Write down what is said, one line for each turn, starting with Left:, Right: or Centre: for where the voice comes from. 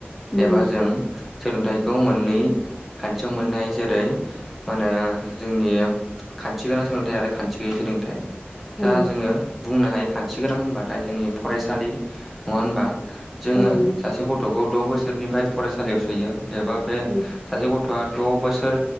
Left: उम
Centre: एबा जों सोलोंथाइखौ मोननै खान्थियाव मोननाय जेरै मा होनो जोंनि खान्थि गोनां सोलोंथाइ आरो खान्थि गैयै सोलोंथाइ जा
Left: औ
Centre: जोङो बुंनो हायो खान्थि गोनां होनबाथाय जोंनि फरायसालि नङा होनबा जोङो
Left: औ नंगौ
Centre: सासे गथ'खौ द' बोसोरनिफ्राय फरायसालियाव सोयो एबा बे
Left: उम
Centre: सासे गथ' गथ'आ द' बोसोर